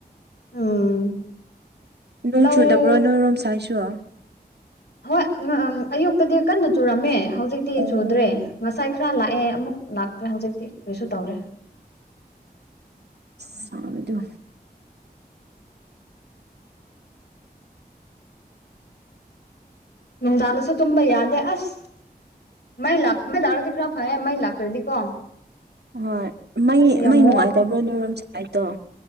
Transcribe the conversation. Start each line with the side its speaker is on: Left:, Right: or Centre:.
Left: ꯎꯝ
Right: ꯅꯣꯡ
Left: ꯂꯧ
Right: ꯆꯨꯗꯕ꯭ꯔꯣ ꯅꯣꯏꯔꯣꯝ ꯁꯥꯏꯠꯁꯨꯨ
Left: ꯍꯣꯏ ꯑꯌꯨꯛꯇꯗꯤ ꯀꯟꯅ ꯆꯨꯔꯝꯃꯦ ꯍꯧꯖꯤꯛꯇꯤ
Right: ꯎꯝ
Left: ꯆꯨꯗ꯭ꯔꯦ ꯉꯁꯥꯏ ꯈꯔ ꯂꯥꯛꯑꯦ ꯑꯃꯨꯛ ꯂꯥꯛꯇ꯭ꯔꯦ ꯍꯧꯖꯤꯛꯇꯤ ꯀꯔꯤꯁꯨ ꯇꯧꯗꯔ‌ꯦ
Right: ꯁꯥꯕꯗꯣ
Left: ꯅꯨꯡꯗꯥꯡꯗꯁꯨ ꯇꯨꯝꯕ ꯌꯥꯗꯦ ꯑꯁ ꯃꯩ ꯂꯥꯛ ꯃꯩ ꯂꯥꯛꯔꯗꯤ ꯈꯔ ꯐꯩꯌꯦ ꯃꯩ ꯂꯥꯛꯇ꯭ꯔꯗꯤꯀꯣ
Right: ꯍꯣꯏ ꯃꯩ
Left: ꯑꯁ ꯌꯥꯝ
Right: ꯃꯩ ꯅꯨꯡꯉꯥꯏꯇꯕ꯭ꯔꯣ ꯅꯣꯏꯔꯣꯝ ꯁꯥꯏꯠꯇꯣ